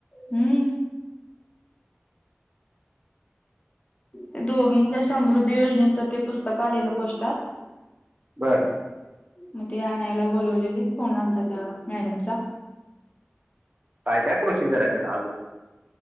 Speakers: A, on the left; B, on the right.
A: हम्म ते दोघींच्या समृद्धी योजनेचं ते पुस्तक आलेलं पोस्ात
B: बर
A: मग ते आणयला बोलवलेले फोन आता त्या मॅडमचा
B: काय काय प्रोसिजर आहे त्याला अग